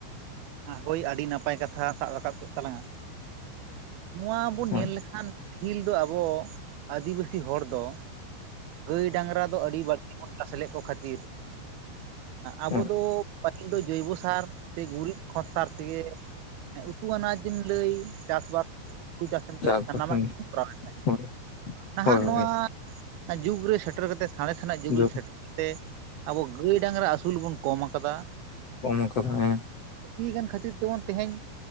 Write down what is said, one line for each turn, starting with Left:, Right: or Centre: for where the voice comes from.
Right: ᱦᱳᱭ ᱟᱹᱰᱤ ᱱᱟᱯᱟᱭ ᱠᱟᱛᱷᱟ ᱥᱟᱵ ᱨᱟᱠᱟᱵ ᱠᱮᱫ ᱛᱟᱞᱟᱝᱼᱟ ᱱᱚᱣᱟ ᱵᱚᱱ
Left: ᱦᱳᱭ
Right: ᱧᱮᱞ ᱞᱮᱠᱷᱟᱱᱼᱼ ᱯᱟᱹᱦᱤᱞ ᱫᱚ ᱟᱵᱚ ᱟᱹᱫᱤᱵᱟᱹᱥᱤ ᱦᱚᱲ ᱫᱚ, ᱜᱟᱹᱭ ᱰᱟᱝᱨᱟ ᱫᱚ ᱟᱹᱰᱤ ᱵᱟᱹᱲᱛᱤ ᱵᱚᱱ ᱪᱟᱥ ᱞᱮᱫ ᱠᱚ ᱠᱷᱟᱹᱛᱤᱨ ᱟᱵᱚ
Left: ᱦᱳᱭ
Right: ᱫᱚ ᱯᱟᱹᱦᱤᱞ ᱫᱚ ᱡᱚᱭᱵᱚ ᱥᱟᱨ ᱥᱮ ᱜᱩᱨᱤᱡ ᱠᱷᱚᱸᱫᱽ ᱥᱟᱨ ᱛᱮᱜᱮᱼᱼ ᱦᱮᱸ ᱩᱛᱩ ᱟᱱᱟᱡᱽ ᱵᱮᱱ ᱞᱟᱹᱭ ᱪᱟᱥᱵᱟᱥ ᱦᱟᱹᱲᱩ ᱪᱟᱹᱥ ᱮᱢ
Left: ᱪᱟᱥᱵᱟᱥ
Right: ᱞᱟᱹᱭ ᱥᱟᱱᱟᱢᱟᱜ ᱜᱮᱵᱚᱱ ᱠᱚᱨᱟᱣᱮᱫ ᱛᱟᱦᱮᱸᱫ
Left: ᱦᱳᱭ
Right: ᱱᱟᱦᱟᱜ
Left: ᱦᱳᱭ
Right: ᱱᱚᱣᱟᱼᱼ
Left: ᱦᱳᱭ
Right: ᱡᱩᱜ ᱨᱮ ᱥᱮᱴᱮᱨ ᱠᱟᱛᱮ ᱥᱟᱬᱮᱥ ᱱᱟᱜ ᱡᱩᱜᱽ
Left: ᱡᱚᱢ
Right: ᱨᱮ ᱥᱮᱴᱮᱨ ᱠᱟᱛᱮ ᱟᱵᱚ ᱜᱟᱹᱭ ᱰᱟᱝᱨᱟᱹᱼᱼ ᱩᱥᱩᱞ ᱵᱚᱱ ᱠᱚᱢ ᱠᱟᱫᱟ
Left: ᱠᱚᱢ ᱠᱟᱫᱟ ᱦᱮᱸ
Right: <unintelligible> ᱠᱟᱱ ᱠᱷᱟᱹᱛᱤᱨ ᱛᱮᱵᱚᱱ ᱛᱮᱦᱮᱧ